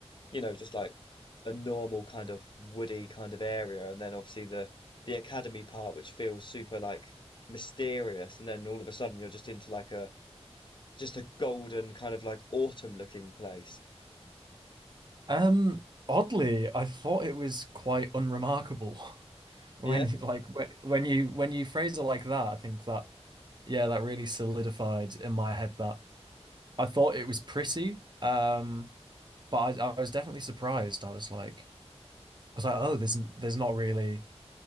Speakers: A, on the left; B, on the right.
A: you know just like a normal kind of woody kind of area, and then obviously the the academy part, which feels super like mysterious, and then all of a sudden you're just into like a just a golden kind of like autumn looking place.
B: Um, oddly, I thought it was quite unremarkable <laughs> when
A: Yeah,
B: you like when you when you phrase it like that. I think that yeah, that really solidified in my head that I thought it was pretty. Um, but I, I was definitely surprised. I was like, I was like, oh, there's there's not really